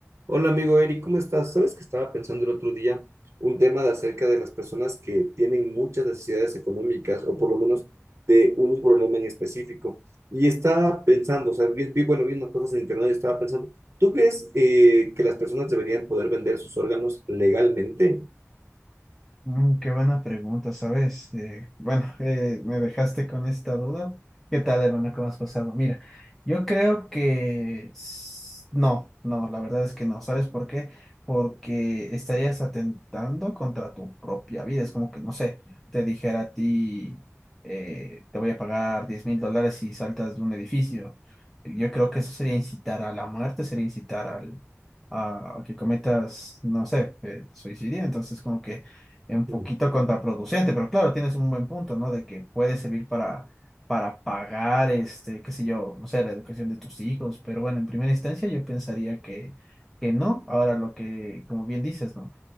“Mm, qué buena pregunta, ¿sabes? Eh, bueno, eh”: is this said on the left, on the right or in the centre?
Centre